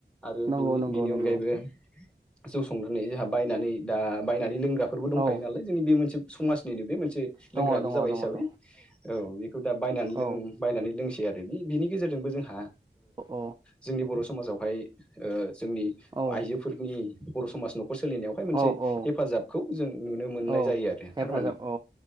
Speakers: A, in the centre; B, on the right (about 20°).
A: आरो
B: नंगौ नंगौ
A: बिनि
B: नंगौ
A: अनगायैबो जौ संनानै जोहा बायनानै दा बायनानै लों ग्राफोरबो दंखायो
B: औ
A: नालाय जोंनि बे मोनसे समाजनिनो बे मोन मोनसे
B: दङ
A: लोंग्राबो
B: दङ
A: जाबाय
B: दङ
A: हिसाबै
B: दङ
A: औ बेखौ दा बायनानै
B: औ
A: लों बायनानै लोंसै आरो आरो बि बिनि गेजेरजोंबो जोंहा
B: औ
A: जोंनि बर समाजावहाय ओ जोंनि
B: औ
A: आइजोफोरनि बर समाज नखर सोलिनायावहाय मोनसे
B: औ औ
A: हेफाजाबखौ जों नुनो मोननाय
B: औ
A: जायो आरो
B: हेफाजाब
A: थारमाने
B: औ